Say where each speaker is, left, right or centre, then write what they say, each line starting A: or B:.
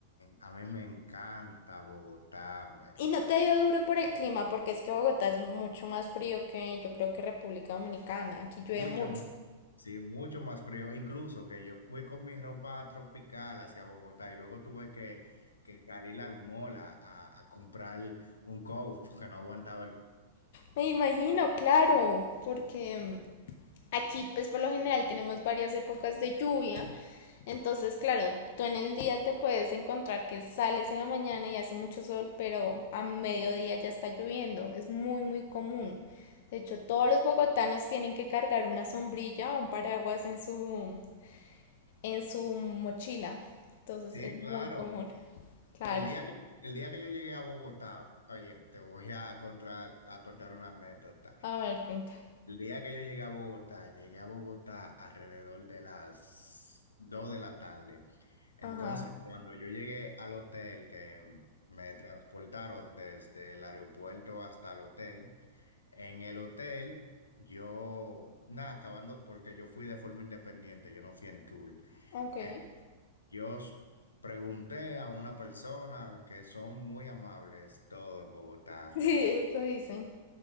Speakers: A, on the left; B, on the left.
A: a mí me encanta Bogotá. me-
B: Y no te dio duro por el clima, porque es que Bogotá es mucho más frío que yo creo que República Dominicana. Aquí
A: mucho,
B: llueve mucho.
A: sí, mucho más frío. Incluso que yo fui con mi ropa tropical hacia Bogotá y luego tuve que, que salir al mall a, a- a comprar un coat porque no aguantaba el...
B: Me imagino, claro, porque aquí pues por lo general tenemos varias épocas de lluvia, entonces claro, tú en el día te puedes encontrar que sales en la mañana y hace mucho sol, pero a mediodía ya está lloviendo, es muy muy común. De hecho, todos los bogotanos tienen que cargar una sombrilla o un paraguas en su en su mochila. Entonces,
A: Sí,
B: es muy
A: claro.
B: común. Claro.
A: El día que, el día que yo llegué a Bogotá, oye, te voy a contar, a contar una anécdota.
B: A ver, cuenta.
A: El día que yo llegué a Bogotá, llegué a Bogotá alrededor de las 2 de la tarde. Entonces,
B: Ajá.
A: cuando yo llegué al hotel, que me transportaron desde el aeropuerto hasta el hotel, en el hotel yo, nada, acabando, porque yo fui de forma independiente, yo no fui en tour.
B: Ok.
A: Eh,
B: <laughs>
A: yo s- pregunté a una persona que son muy amables, todo en Bogotá,
B: Sí,
A: realmente.
B: eso dicen.